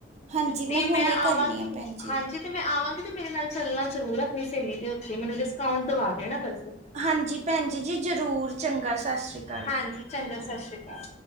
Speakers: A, on the right; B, on the left.
A: ਹਾਂਜੀ
B: ਤੇ
A: ਹੁਣੇ
B: ਮੈਂ ਆਵਾਂਗੀ,
A: ਕਰਨੀ ਆ ਭੈਣ ਜੀ।
B: ਹਾਂਜੀ ਤੇ ਮੈਂ ਆਵਾਂਗੀ ਤੇ ਮੇਰੇ ਨਾਲ ਚੱਲਣਾ ਜ਼ਰੂਰ ਆਪਣੀ ਸਹੇਲੀ ਦੇ ਉੱਥੇ ਮੈਨੂੰ ਕਾਊਂਂਟ ਦਵਾ ਦੇਣਾ ਬੱਸ।
A: ਹਾਂਜੀ ਭੈਣਜੀ ਜੀ ਜ਼ਰੂਰ ਚੰਗਾ ਸਤਿ ਸ੍ਰੀ ਅਕਾਲ।
B: ਹਾਂਜੀ, ਚੰਗਾ ਸਤਿ ਸ੍ਰੀ ਅਕਾਲ।